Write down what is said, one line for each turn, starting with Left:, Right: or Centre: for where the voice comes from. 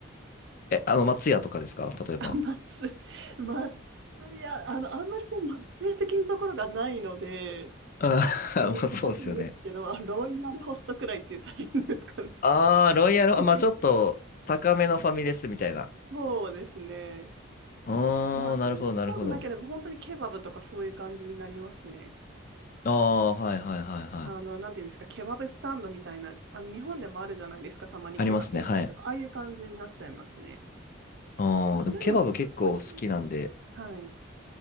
Left: え、あの、松屋とかですか例えば。
Right: あ、松、松屋、あの、あんまりその松屋的なところがないので、
Left: あー
Right: 難しいんですけど、
Left: <laughs>、まあそうですよね。
Right: あ、ロイヤルホストくらいって言ったらいいんですかね。
Left: ああ、ロイヤル、
Right: <laughs>
Left: あ、まあちょっと高めのファミレスみたいな。
Right: そうですね。
Left: ああ、
Right: まあ、それ、
Left: なるほど、
Right: そうじゃなければ、
Left: なるほど。
Right: 本当にケバブとかそういう感じになりますね。
Left: ああ、はいはいはいはい。
Right: あの、なんていうんですか、ケバブスタンドみたいな、あの、日本でもあるじゃないですか、たまにケバブ売ってるとか、
Left: ありますね、はい。
Right: ああいう感じになっちゃいますね。
Left: ああ、
Right: まあ、それでも十分美味しいんで。
Left: でもケバブ結構好きなんで、
Right: はい。